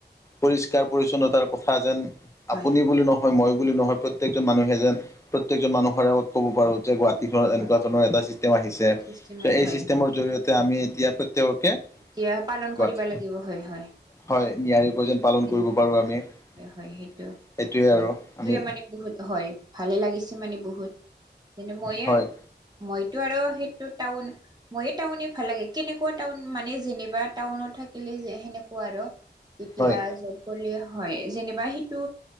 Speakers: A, on the left (about 15°); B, on the right (about 20°).
A: পৰিষ্কাৰ- পৰিচ্ছন্নতাৰ কথা যেন
B: হয়
A: আপুনি বুলি নহ হয় মই বুলি নহয় প্ৰত্যেকজন মানুহে যেন প্ৰত্যেকজন মানুহৰ আগত ক'ব পাৰো যে গুৱাহাটীখনত
B: হয়
A: এনেকুৱা ধৰণৰ এটা ছিষ্টেম আহিছে,
B: চিষ্টেমে
A: চ' এই
B: হয়
A: চিষ্টেমৰ
B: হয়
A: জৰিয়তে আমি এতিয়া প্ৰত্যেককে
B: এতিয়া পালন
A: গুৱাহাটী
B: কৰিব লাগিব হয় হয়।
A: হয় নিয়াৰিকৈ যেন পালন
B: এনে
A: কৰিব পাৰো আমি সেইটোৱে
B: হয় হয় সেইটো হয়
A: আৰু
B: সেইটোৱে
A: আমি
B: মানে বহুত হয় ভালে লাগিছে মানে বহুত যেনে মইয়ে
A: হয়
B: মইতো আৰু সেইটো টাউন মইয়ে টাউনে ভাল লাগে কেনেকুৱা টাউন মানে যেনিবা টাউনত থাকিলে যে সেনেকুৱা আৰু। এতিয়া
A: হয়
B: যব কলে হয় যেনিবা সেইটো